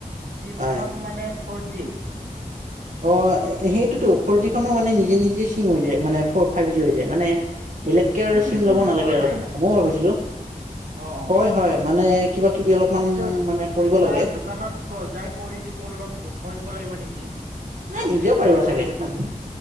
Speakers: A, on the right; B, on the right.
A: চিম
B: হয়।
A: খন মানে ফৰ জি
B: অ সেইটোতো ফৰ জি খনো মানে নিজে নিজে চিম হৈ যায় মানে ফ ফাইভ জি হৈ যায় মানে বেলেগকে আৰু
A: মোৰ
B: চিম
A: দেখোন
B: ল'ব নালাগে
A: হোৱা
B: আৰু
A: নাই
B: এটা কথা ময়ো ভাবিছিলো
A: অ অ
B: হয় হয় মানে কিবা কি অলপমান
A: এইটো
B: মানে কৰিব
A: কিবা
B: লাগে
A: দোকানত ক যাই কৰি দিব লগ কৰিব লাগিব নেকি
B: নাই
A: আপগ্ৰেড
B: নিজেও পাৰিবা
A: কৰাব
B: চাগে
A: লাগিব
B: ইমান
A: নেকি